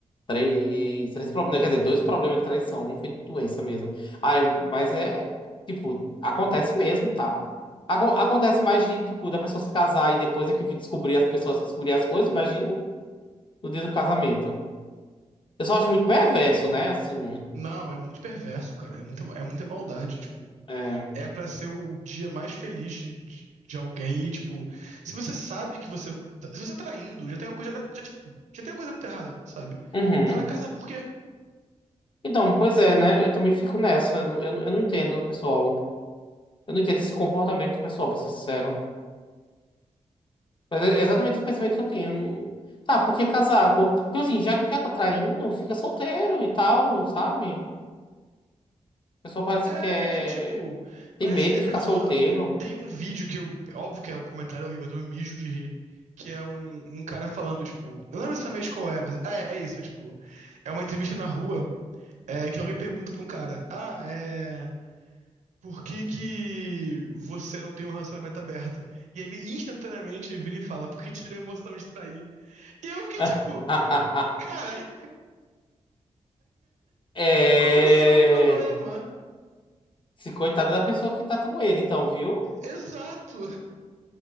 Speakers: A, on the left; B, on the right.
A: Três, três problemas. Quer dizer, dois problemas de traição. Um foi de doença mesmo. Ah, é- mas é, tipo, acontece mesmo, tá? Aco- acontece mais de, tipo, da pessoa se casar e depois é que descobrir as pessoas que descobrir as coisas. Imagine no dia do casamento. Eu só acho muito perverso, né? Assim.
B: Não, é muito perverso, cara. É muita, é muita maldade, tipo.
A: é.
B: É pra ser o dia mais feliz de, de, de alguém e, tipo. Se você sabe que você. tá- Se você tá traindo, já tem uma coisa. Já, tipo, já tem uma coisa muito errada, sabe?
A: Uhum.
B: Você vai casar por quê?
A: Então, pois é, né? Eu também fico nessa. Eu, não- eu, não- eu não entendo, pessoal. Eu não entendo esse comportamento do pessoal, pra ser sincero. Mas é exatamente o pensamento que eu tenho. Tá, por que casar? Bom, então assim, já que já tá traindo, fica solteiro e tal, sabe? A pessoa parece
B: É,
A: que quer.
B: é tipo,
A: Tem
B: parece
A: medo
B: que a
A: de ficar
B: pessoa
A: solteiro.
B: tem um vídeo que eu, óbvio que é o comentário é horrível, mas eu me mijo de rir, que é um, um cara falando, tipo, eu não lembro exatamente qual é, mas é, é isso, é tipo, é uma entrevista na rua, é, que alguém pergunta pra um cara, ah, é, por que que você não tem um relacionamento aberto? E ele instantaneamente vira e fala, porque tira a emoção de trair. E eu fiquei
A: <laughs>
B: tipo, cara,
A: É.
B: qual o seu problema?
A: Se coitada da pessoa que tá com ele, então, viu?
B: Exato.